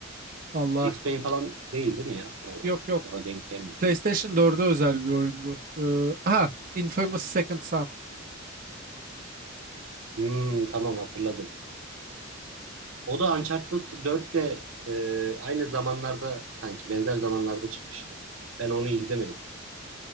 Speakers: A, on the right; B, on the right.
A: Allah.
B: Max Payne falan değil değil mi ya? O
A: Yok yok.
B: orada denk gelmiyor.
A: PlayStation 4'e özel bir oyundu. Ee, ha Infamous Second Son.
B: Hmm, tamam hatırladım. O da Uncharted 4'le e, aynı zamanlarda sanki benzer zamanlarda çıkmıştı. Ben onu izlemedim.